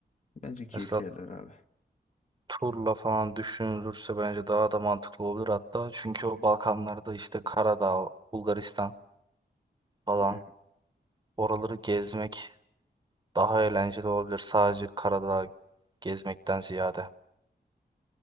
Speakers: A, on the left; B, on the right.
A: Bence keyifli
B: Mesela
A: yerler abi.
B: turla falan düşünülürse bence daha da mantıklı olur hatta. Çünkü o Balkanlarda işte Karadağ, Bulgaristan falan
A: Hı.
B: oraları gezmek daha eğlenceli olabilir. Sadece Karadağ gezmekten ziyade.